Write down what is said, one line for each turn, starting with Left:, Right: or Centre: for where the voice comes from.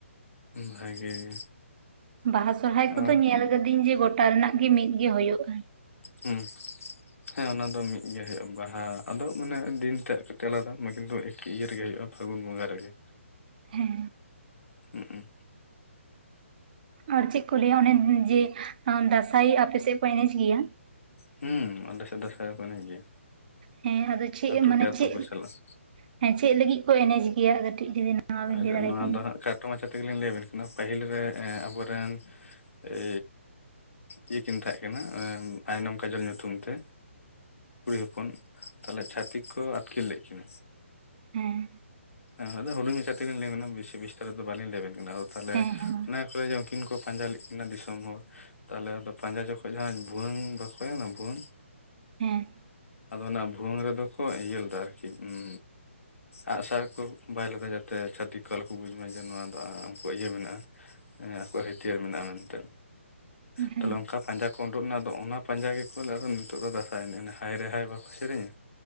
Left: ᱵᱷᱟᱜᱮ ᱜᱮ
Right: ᱵᱟᱦᱟ ᱥᱚᱦᱨᱟᱭ ᱠᱚᱫᱚᱧ
Left: ᱚ
Right: ᱧᱮᱞ ᱟᱠᱟᱫᱤᱧ ᱡᱮ ᱜᱚᱴᱟ ᱨᱮᱱᱟᱜ ᱜᱤ ᱢᱤᱫ ᱜᱤ ᱦᱚᱭᱚᱜᱼᱟ
Left: ᱦᱩᱸ ᱦᱮᱸ ᱚᱱᱟ ᱫᱚ ᱢᱤᱫᱜᱮ ᱦᱚᱭᱚᱜᱼᱟ ᱵᱟᱦᱟ ᱟᱫᱚ ᱢᱟᱱᱮ ᱫᱤᱱ ᱛᱮᱜ ᱠᱟᱹᱴᱤᱡ ᱟᱞᱟᱫᱟ ᱢᱟ ᱠᱤᱱᱛᱩ ᱮᱠᱤ ᱤᱭᱟ. ᱨᱮᱜᱮ ᱦᱚᱭᱚᱜᱼᱟ ᱯᱷᱟᱹᱜᱩᱱ ᱵᱚᱸᱜᱟ ᱨᱮ ᱜᱮ
Right: ᱦᱮᱸ
Left: ᱦᱩᱸ
Right: ᱟᱨ ᱪᱮᱫ ᱠᱚ ᱞᱟᱹᱭᱟ ᱚᱱᱮ ᱡᱮ ᱫᱟᱸᱥᱟᱭ ᱟᱯᱮᱥᱮᱫ ᱠᱚ ᱮᱱᱮᱡ ᱜᱮᱭᱟ
Left: ᱦᱩᱸ ᱟᱞᱮᱥᱮᱫ ᱫᱟᱸᱥᱟᱭ ᱠᱚ ᱮᱱᱮᱡ ᱜᱮᱭᱟ
Right: ᱦᱮᱸ ᱟᱫᱚ ᱪᱮᱫ
Left: ᱟᱛᱳ
Right: ᱢᱟᱱᱮ
Left: ᱠᱮ ᱟᱛᱳ
Right: ᱪᱮᱫ
Left: ᱠᱚ ᱪᱟᱞᱟᱜᱼᱟ
Right: ᱦᱮᱸ ᱪᱮᱫ ᱞᱟᱹᱜᱤᱫ ᱠᱚ ᱮᱱᱮᱡ ᱜᱮᱭᱟ ᱠᱟᱹᱴᱤᱡ ᱡᱩᱫᱤ ᱱᱚᱶᱟ ᱵᱤᱱ
Left: ᱟᱪᱪᱷᱟ
Right: ᱞᱟᱹᱭ ᱫᱟᱲᱮ
Left: ᱱᱚᱣᱟ
Right: ᱠᱮᱭᱟ
Left: ᱫᱚ ᱦᱟᱸᱜ ᱠᱷᱟᱴᱚ ᱢᱟᱪᱷᱟ ᱛᱮᱜᱮ ᱞᱤᱧ ᱞᱟᱹᱭ ᱟᱵᱤᱱ ᱠᱟᱱᱟ ᱯᱟᱹᱦᱤᱞ ᱨᱮ ᱟᱵᱚᱨᱮᱱ ᱮ ᱤᱭᱟᱹ ᱠᱤᱱ ᱛᱟᱦᱮᱸ ᱠᱟᱱᱟ ᱟᱭᱱᱚᱢ ᱠᱟᱡᱚᱞ ᱧᱩᱛᱩᱢ ᱛᱮ ᱠᱩᱲᱤ ᱦᱚᱯᱚᱱ ᱛᱟᱦᱚᱞᱮ ᱪᱷᱷᱟᱛᱤᱠ ᱠᱚ ᱟᱹᱛᱠᱤᱨ ᱞᱮᱫ ᱠᱤᱱᱟᱹ
Right: ᱦᱮᱸ
Left: ᱦᱮᱸ ᱟᱫᱚ ᱦᱩᱰᱤᱧ ᱢᱟᱪᱷᱟ ᱞᱤᱧ ᱞᱟᱹᱭ ᱵᱮᱥᱤ ᱵᱤᱥᱛᱟᱨᱤᱛ ᱫᱚ ᱵᱟᱹᱞᱤᱧ ᱛᱮ ᱞᱤᱧ ᱞᱟᱹᱭ ᱟᱵᱤᱱᱟ ᱵᱤᱥᱤ ᱵᱤᱥᱛᱟᱨ ᱛᱮ ᱫᱚ ᱵᱟ. ᱞᱤᱧ ᱞᱟ. ᱭ ᱟᱵᱤᱱ ᱠᱟᱱᱟ ᱟᱫᱚ ᱛᱟᱦᱚᱞᱮ
Right: ᱦᱮᱸ ᱦᱮᱸ ᱢᱟ
Left: ᱚᱱᱟ ᱠᱚᱨᱮ ᱩᱱᱠᱤᱱ ᱠᱚ ᱯᱟᱸᱡᱟ ᱞᱮᱫ ᱠᱤᱱᱟ ᱫᱤᱥᱚᱢ ᱦᱚᱲ ᱛᱟᱦᱚᱞᱮ ᱟᱫᱚ ᱯᱟᱸᱡᱟ ᱡᱚᱠᱷᱚᱡ ᱡᱟᱦᱟᱸ ᱵᱷᱩᱣᱟᱹᱝ ᱵᱟᱠᱚᱭᱮᱱᱟ ᱵᱷᱩᱣᱟᱹᱝ
Right: ᱦᱮᱸ
Left: ᱟᱫᱚ ᱚᱱᱟ ᱵᱷᱩᱣᱟᱟᱹᱝ ᱨᱮᱫᱚ ᱠᱚ ᱤᱭᱟᱹ ᱞᱮᱫᱟ ᱟᱨᱠᱤ ᱩᱸᱻ ᱟᱜᱼᱥᱟᱨ ᱠᱚ ᱵᱟᱭ ‌ᱞᱮᱫᱟ ᱡᱟᱛᱮ ᱛᱮ ᱪᱷᱟᱹᱛᱤᱠ ᱠᱚ ᱟᱞᱚ ᱠᱚ ᱵᱩᱡᱽ ᱢᱟ ᱡᱮ ᱱᱚᱶᱟ ᱫᱚ ᱩᱱᱠᱩᱣᱟᱜ ᱤᱭᱟᱹ ᱢᱮᱱᱟᱜᱼᱟ ᱦᱮᱸ ᱟᱠᱚᱣᱟᱜ ᱦᱟᱹᱛᱭᱟᱹᱨ ᱢᱮᱱᱟᱜᱼᱟ ᱢᱮᱱᱛᱮ
Right: ᱦᱮᱸ
Left: ᱛᱟᱦᱞᱮ ᱚᱱᱠᱟ ᱯᱟᱸᱡᱟ ᱠᱚ ᱚᱸᱰᱚᱸᱝ ᱞᱮᱱᱟ ᱟᱫᱚ ᱚᱱᱟ ᱯᱟᱸᱡᱟ ᱜᱮ ᱠᱚ ᱟᱫᱚ ᱱᱤᱛᱚᱜ ᱫᱚ ᱫᱟᱸᱥᱟᱭ ᱮᱱᱮᱡ ᱦᱟᱭᱨᱮ ᱦᱟᱭ ᱵᱟᱠᱚ ᱥᱮᱨᱮᱧᱟ